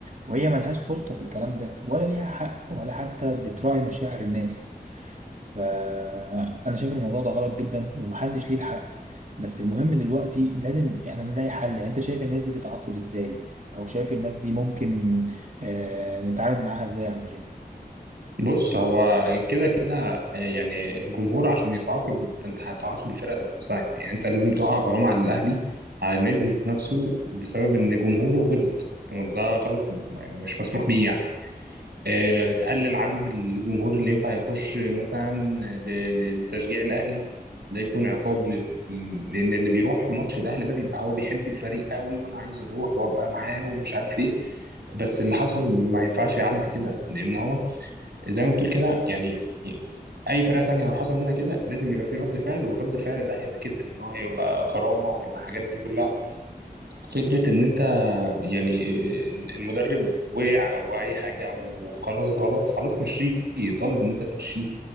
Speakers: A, on the right; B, on the right.
A: وهي ملهاش سلطه في الكلام ده ولا ليها حق ولا حتى بتراعي مشاعر الناس فأنا شايف إن الموضوع ده غلط جدا ومحدش ليه الحق بس المهم دلوقتي لازم إحنا نلاقي حل يعني أنت شايف الناس دي تتعاقب إزاي أو شايف الناس دي ممكن آه نتعامل معاها إزاي يا عم جيم
B: بص هو كده كده يعني الجمهور عشان يتعاقب فانت هتعاقب الفرقة ذات نفسها يعني انت لازم تقع غرامة على الاهلي على النادي ذات نفسه بسبب ان جمهوره غلط وده غلط م- مش مسموح بيه يعني آه، تقلل عدد الجمهور اللي ينفع يخش مثلا ل- ل- لتشجيع الأهلي ده يكون عقاب لل... لأن اللي بيروح ماتش الأهلي ده بيبقى هو بيحب الفريق قوي وأنا عايز أروح وأبقى معاه ومش عارف إيه بس اللي حصل ما ينفعش يعدي كده لأن هو زي ما بتقول كده يعني أي فرقة تانية لو حصل منها كده لازم يبقى في رد فعل والرد فعل ده هيبقى كده إن هو هيبقى غرامة وهيبقى الحاجات دي كلها فكرة إن أنت يعني آه، المدرب وقع أو أي حاجة وخلاص غلط خلاص مشيه طالب إن أنت تمشيه